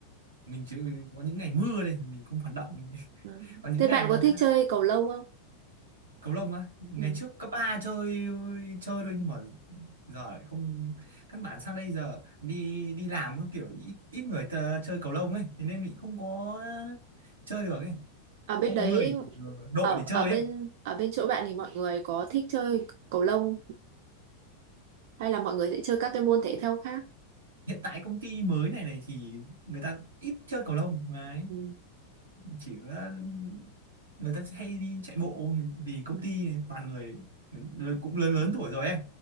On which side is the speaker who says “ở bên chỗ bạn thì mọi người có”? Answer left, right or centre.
Right